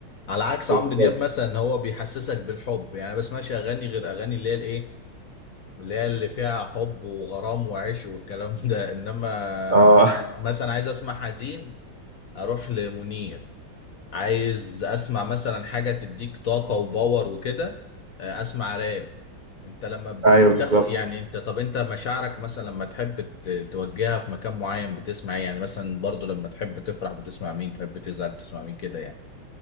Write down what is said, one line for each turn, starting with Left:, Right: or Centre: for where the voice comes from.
Left: على عكس
Right: بالظبط
Left: عمرو دياب مثلا هو بيحسسك بالحب يعني ما بسمعش اغاني غير اغاني اللي هي الايه اللي هي اللي فيها حب وغرام وعشق والكلام <laughs> ده انما
Right: اه
Left: مثلا عايز اسمع حزين اروح لمنير عايز اسمع مثلا حاجة تديك طاقة وباور وكده آه، اسمع راب انت لما ب-
Right: <laughs> ايوه
Left: بتاخد
Right: بالظبط
Left: يعني انت طب انت مشاعرك مثلا لما تحب ت- توجهها في مكان معين بتسمع ايه يعني مثلا برضو لما تحب تفرح بتسمع مين تحب تزعل بتسمع مين كده يعني